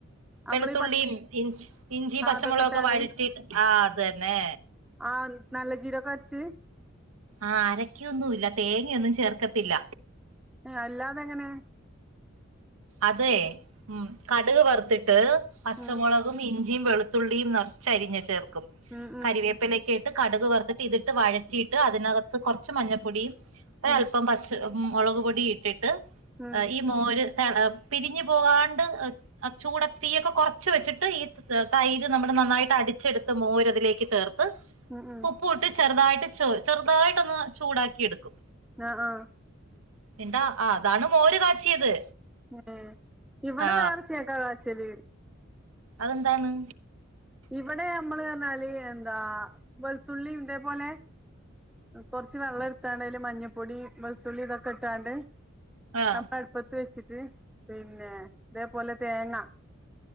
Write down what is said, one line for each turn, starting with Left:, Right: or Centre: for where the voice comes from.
Centre: നമ്മളീ
Right: വെളുത്തുള്ളിയും
Centre: പ
Right: ഇഞ്ച് ഇഞ്ചി
Centre: ആ
Right: പച്ചമുളക്
Centre: അതൊക്കെ ഇട്ടാണ്ട്
Right: ഒക്കെ വഴറ്റിട്ട് ആ അതന്നെ.
Centre: ആഹ നല്ല ജീരകം അരച്ച്.
Right: ആഹ അരക്കൊന്നുല്ല തേങ്ങയൊന്നും ചേർക്കത്തില്ല.
Centre: അല്ലാതെങ്ങനെ?
Right: അത് ഉം കടുക് വറുത്തിട്ട് പച്ചമുളകും
Centre: ഉം
Right: ഇ ഞ്ചിയുംവെളുത്തുള്ളിയും നിറച്ച് അരിഞ്ഞ്ചേർക്കും
Centre: ഉം ഉം
Right: കരിവേപ്പിലക്ക ഇ ട്ട്കടുക് വെറുത്തിട്ട് ഇതിട്ട് വഴറ്റിയിട്ട് അതിനകത്ത് കുറച്ച് മഞ്ഞപ്പൊടി ഒര്അല്പ്പം
Centre: ഉം
Right: പച്ച ഉം മുളക് പൊടി ഇട്ടിട്ട്
Centre: ഉം
Right: ഈ മോര്. ഏ പിരിഞ്ഞു പോകാണ്ട് ആ ചൂട് തീഒക്കെ കുറച്ച് വെച്ചിട്ട് ഈ തൈര് നമ്മൾ. നന്നായിട്ട് അടിച്ചെടുത്ത് മോരതിലേക്ക് ചേർത്ത്.
Centre: ഉം ഉം
Right: പ്പ് ഉപ്പ് ഇട്ട് ചെറുതായിട്ട് ചെറുതായിട്ടൊന്ന് ചൂടാക്കി എടുക്കും.
Centre: ആഹ ആഹ.
Right: എണ്ടാ ആ അതാണ് മോര് കാച്ചിയത്.
Centre: ഏ ഇവിടെ
Right: ആ
Centre: വേറെ ചേക്കാ കാച്ചല്.
Right: അതെന്താണ്?
Centre: ഇവിടെ നമ്മള് എന്നാൽ എന്താ വെളുത്തുള്ളി ഇതേപോലെ. കൊറച്ച് വെള്ളം എടുത്താണ്ട് അതില് മഞ്ഞപ്പൊടി വെളുത്തുള്ളി ഇതൊക്കെ ഇട്ടാകാണ്ട്.
Right: ആഹ്
Centre: അപ അടുപ്പത്ത് വെച്ചി ട്ട് പിന്നെ ഇതേപോലെ തേങ്ങ.